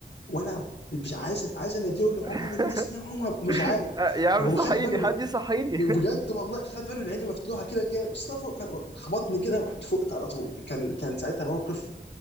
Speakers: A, on the left; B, on the right.
A: وانا مش عايز عايز اناديه اقول له
B: <laughs>
A: عمر المسني يا عمر مش عارف
B: آه، يا عم
A: هو
B: صحيني
A: خد باله
B: حد
A: إن-
B: يصحيني
A: بجد والله خد باله ان عيني مفتوحه كده كده مصطفى ف- خبطني كده ورحت فقت على طول كان كان ساعتها موقف